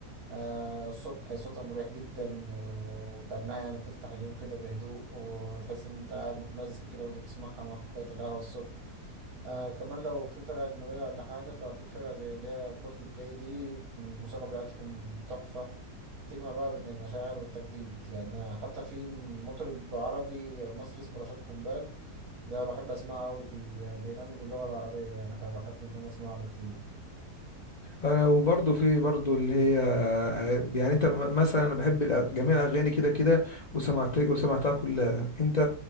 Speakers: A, on the right; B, on the left.
A: آه الصبح صوتها مريح جدا وكأنها يعني بتفتح اليوم كده بهدوء وتحس إن أنت قاعد متمزج كده وأنت بتسمعها مع كوباية القهوة الصبح. آه كمان لو في فرقة أجنبية ولا حاجة ففي فرقة زي اللي هي كولد بلاي دي الموسيقى بتاعتهم تحفة تجمع بقى بين المشاعر والتجديد يعني حتى في مطرب عربي مصري اسمه رشاد قنبال ده بحب أسمعه أوي بي- بيغني باللغة العربية يعني فبحب إن أنا أسمعه له كتير
B: انا وبرضه في برضه اللي هي يعني انت م- مثلا انا بحب الأ- جميع الاغاني كده كده وسمعت وسمعتها كلها انت